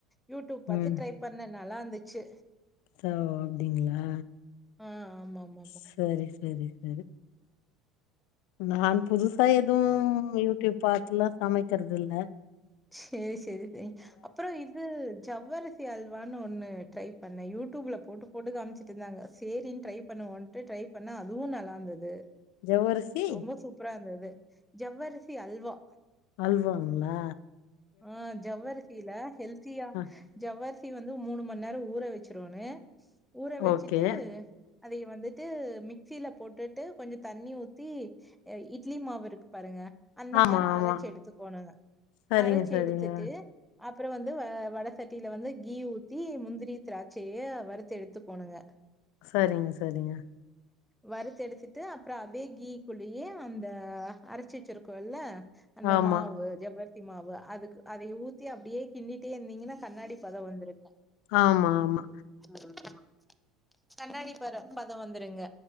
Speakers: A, in the centre; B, on the left.
A: யூட்யூப் பத்து
B: ம்
A: ட்ரை பண்ண நல்லார்ந்துச்சு
B: தோ அப்டிங்ளா
A: அ ஆமாமா
B: சரி சரி சரு நான் புதுசா எதுவு யூட்யூப் பாத்துலா சமைக்கற்துல்ல
A: சேரி சேரி சேரி அப்புற இது சவ்வருசி அல்வான் ஒன்று ட்ரை பண்ண யூட்டூப்ல போட்டு போட்டு காம்ச்சிட்டுந்தாங்க சேரின் ட்ரை பண்ணுவோன் டு ட்ரை பண்ண அதுவு நல்லார்ந்த்துது
B: ஜவ்வரிசி
A: ரொம்ப சூப்ரா இர்ந்தது ஜவ்வரிசி அல்வா
B: அல்வாங்ளா
A: ஆ ஜவ்வரிசில ஹெல்த்தியா
B: ஆ
A: ஜவ்வர்சி வந்து மூணு மணி நேர ஊற வச்சிருவனு ஊற வெச்சுட்டு
B: ஓகே
A: அதைய வந்துட்டு மிக்சில போட்டுட்டு கொஞ்ச தண்ணி ஊத்தி அ இட்லி மாவு இருக்கு பாருங்க அந்த
B: ஆமா
A: மார
B: ஆமா
A: அரச்சு எடுத்துக்கோணுங்க
B: சரிங்க
A: அரச்சி
B: சரிங்க
A: எடுத்துட்டு அப்புற வந்து வ வட சட்டில வந்து கீ ஊத்தி முந்திரி திராட்சயே வறுத்த எடுத்து போணுங்க
B: சரிங் சரிங்க
A: வறுத் எடுத்துட்டு அப்ற அதே கீ குளியே அந்த அரச்சு வச்சிருக்கோ இல்ல அந்த
B: ஆமா
A: மாவு ஜவ்வர் தி மாவு அதுக்கு அதை ஊத்தி அப்டியே கிண்டிட்டே இர்ந்தீங்கினா கண்ணாடி பத வந்துருங்க
B: ஆமா ஆமா
A: <inaudible> கண்ணாடி பரோ பத வந்துருங்க